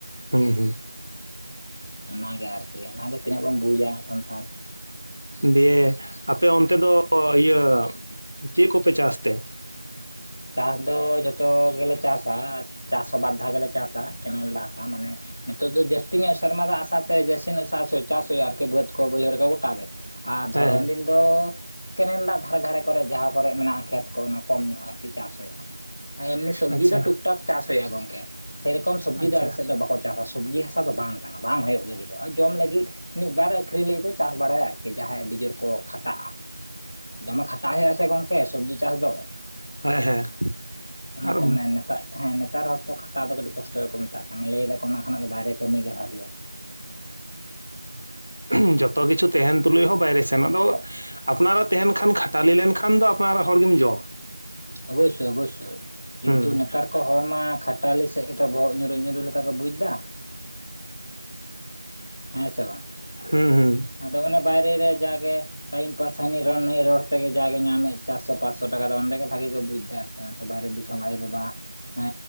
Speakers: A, on the left (about 70°); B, on the left (about 30°).
A: ᱦᱩᱸ ᱦᱩᱸ ᱾
B: ᱚᱱᱟ ᱜᱮ ᱟᱨᱠᱤ ᱚᱱᱟ ᱜᱮ ᱛᱤᱱᱟᱹᱜ ᱵᱚᱱ ᱵᱩᱡᱟ ᱥᱟᱱᱛᱟᱲ ᱾
A: ᱫᱤᱭᱮ ᱟᱯᱮ ᱚᱱᱛᱮ ᱫᱚ ᱤᱭᱟᱹ ᱪᱮᱫ ᱠᱚᱯᱮ ᱪᱟᱥ ᱛᱮ?
B: ᱪᱟᱥ ᱫᱚ ᱡᱚᱛᱚ ᱜᱮᱞᱮ ᱪᱟᱥᱟ ᱾ ᱪᱟᱥ ᱦᱚᱸ ᱵᱟᱨ ᱫᱷᱟᱣ ᱜᱮᱞᱮ ᱪᱟᱥᱟ ᱠᱮᱱᱮᱞ ᱫᱟᱜ ᱢᱟᱱᱮ ᱱᱤᱛᱚᱜ ᱫᱚ ᱡᱟᱹᱥᱛᱤ ᱧᱚᱜ ᱥᱮᱨᱢᱟ ᱫᱟᱜ ᱟᱥᱟ ᱛᱮ ᱡᱟᱹᱥᱛᱤ ᱧᱚᱜ ᱪᱟᱥ ᱦᱩᱭᱩᱜᱼᱟ ᱟᱨᱠᱤ, ᱵᱟᱹᱫᱽ ᱠᱚ ᱵᱟᱹᱭᱦᱟᱹᱲ ᱠᱚ ᱜᱚᱴᱟ ᱜᱮ ᱾ ᱟᱨ ᱫᱷᱚᱨᱚᱱ
A: ᱦᱮᱸ ᱦᱮᱸ
B: ᱫᱤᱱ ᱫᱚ ᱠᱮᱱᱮᱞ ᱫᱟᱜ ᱫᱷᱟᱨᱮ ᱫᱷᱟᱨᱮ ᱠᱚᱨᱮ ᱡᱟᱦᱟᱸ ᱠᱚᱨᱮ ᱢᱮᱱᱟᱜᱼᱟ, ᱠᱷᱮᱛ ᱠᱚ ᱚᱱᱟ ᱠᱚᱢ ᱧᱚᱜᱼᱟ ᱟᱨᱠᱤ ᱪᱟᱥ ᱦᱩᱭᱩᱜᱼᱟ ᱾ ᱮᱢᱱᱤ ᱥᱚᱵᱽᱡᱤ
A: ᱟᱪᱪᱷᱟ
B: ᱫᱚ ᱴᱩᱠ ᱴᱟᱠ ᱪᱟᱥ ᱦᱩᱭᱩᱜᱼᱟ ᱜᱚᱝᱠᱮ, ᱥᱮᱨᱚᱠᱚᱢ ᱥᱚᱵᱽᱡᱤ
A: ᱟᱪᱪᱷᱟ
B: ᱫᱚ ᱟᱞᱮ ᱥᱮᱫ ᱫᱚ ᱵᱟᱠᱚ ᱪᱟᱥᱟ ᱾ ᱥᱚᱵᱽᱡᱤ ᱦᱟᱥᱟ ᱫᱚ ᱵᱟᱝ ᱠᱟᱱᱟ ᱵᱟᱝ ᱦᱩᱭᱩᱜ ᱞᱟᱹᱜᱤᱫᱚᱜᱼᱟ ᱾ ᱡᱚᱢ ᱞᱟᱹᱜᱤᱫ ᱢᱤᱫ ᱵᱟᱨ ᱟᱹᱠᱷᱨᱤᱧ ᱞᱟᱹᱜᱤᱫ ᱠᱚ ᱪᱟᱥ ᱵᱟᱲᱟᱭᱟ ᱟᱨᱠᱤ ᱡᱟᱦᱟᱸᱭ ᱟᱹᱰᱤ ᱡᱳᱨ ᱠᱚ ᱠᱷᱟᱴᱟᱜᱼᱟ ᱫᱚᱢᱮ ᱠᱷᱟᱴᱟᱜ ᱦᱩᱭᱩᱜᱼᱟ‌ ᱥᱮ ᱜᱚᱝᱠᱮ ᱼᱠᱮ ᱥᱚᱵᱽᱡᱤ ᱪᱟᱥ ᱫᱚ
A: ᱦᱮᱸ ᱦᱮᱸ
B: ᱚᱱᱟᱛᱮ
A: ᱟᱨ
B: ᱢᱟᱱᱮ ᱱᱮᱛᱚᱜ ᱦᱮᱸ ᱱᱮᱛᱟᱨ ᱦᱚᱲ ᱛᱚ ᱠᱷᱟᱴᱟᱣ ᱫᱚ ᱠᱟᱹᱴᱤᱡ ᱠᱚᱥᱴᱚ ᱜᱮᱠᱚ ᱢᱮᱛᱟᱜ ᱠᱟᱱᱟ ᱞᱟᱹᱭ ᱫᱟᱠᱚ ᱚᱱᱟ ᱠᱷᱚᱱᱟᱜ ᱫᱚ ᱵᱟᱦᱨᱮ ᱠᱟᱹᱢᱤ ᱜᱮ ᱵᱷᱟᱜᱮᱭᱟ
A: ᱦᱩᱸ ᱡᱚᱛᱚ ᱠᱤᱪᱷᱩ ᱛᱟᱦᱮᱸᱱ ᱛᱩᱞᱩᱡ ᱦᱚᱸ ᱵᱟᱭᱨᱮ ᱥᱮᱱᱚᱜ ᱫᱚ ᱟᱯᱱᱟᱨᱟᱜ ᱛᱟᱦᱮᱸᱱ ᱠᱷᱟᱱ ᱠᱷᱟᱴᱟᱞᱤ ᱞᱮᱱᱠᱷᱟᱱ ᱫᱚ ᱟᱯᱱᱟᱨᱟᱜ ᱦᱚᱲᱜᱮᱢ ᱡᱚᱢᱟ
B: ᱚᱵᱚᱥᱥᱚᱭ ᱚᱵᱚᱥᱥᱚᱭ ᱠᱤᱱᱛᱩ
A: ᱦᱩᱸ
B: ᱱᱮᱛᱟᱨ ᱠᱚ ᱦᱚᱲᱢᱟ ᱠᱷᱟᱴᱟᱞᱤ ᱥᱮᱫ ᱜᱮᱪᱚ ᱵᱚᱦᱚᱜ ᱧᱩᱨᱩᱜ ᱧᱩᱨᱩ ᱞᱮᱠᱟ ᱠᱚ ᱵᱩᱡᱽ ᱮᱫᱟ ᱦᱮᱸ ᱥᱮ ᱵᱟᱝ
A: ᱦᱩᱸ ᱦᱩᱸ
B: ᱟᱫᱚ ᱚᱱᱮ ᱵᱟᱭᱨᱮ ᱨᱮ ᱡᱟᱜᱮ ᱴᱟᱭᱤᱢ ᱯᱟᱥ ᱦᱟᱱᱤ ᱨᱚᱲ ᱱᱟᱹᱭ ᱨᱚᱲ ᱛᱮᱜᱮ ᱡᱟᱦᱟᱜᱮ ᱧᱟᱢᱮᱫ ᱪᱟᱨᱥᱚ ᱯᱟᱸᱥᱚ ᱴᱟᱠᱟ ᱫᱚ ᱚᱸᱰᱮ ᱜᱮ ᱵᱷᱟᱜᱤ ᱜᱮ ᱵᱩᱡ ᱮᱫᱟ ᱟᱨ ᱵᱟᱦᱨᱮ ᱫᱤᱥᱚᱢ ᱟᱭᱳᱼᱵᱟᱵᱟ ᱮ